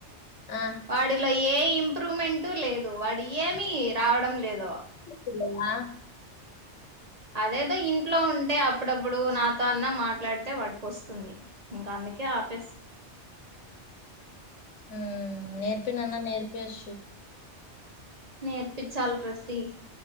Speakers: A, on the left (about 85°); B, on the right (about 35°).
A: ఆ.
B: వాడిలా ఏ ఇంప్రూవ్మెంట్ లేదు వాడి ఏమీ రావడం లేదో
A: పిల్లలా
B: అదేదో ఇంట్లో ఉంటే అప్పుడప్పుడు నాతో అన్న మాట్లాడితే వాడికొస్తుంది ఇంకా అందుకే ఆపేసి
A: హూమ్ నేర్ పినన్న నేర్పియొచ్చు
B: నేర్పిచ్చాలి ప్రసీ